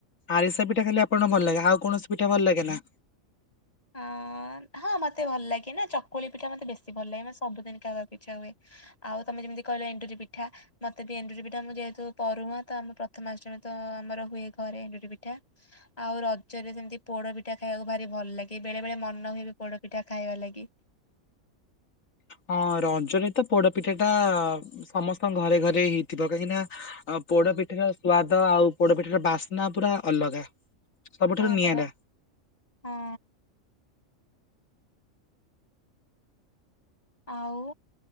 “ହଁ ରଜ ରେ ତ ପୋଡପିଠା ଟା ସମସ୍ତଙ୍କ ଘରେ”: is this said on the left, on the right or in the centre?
Left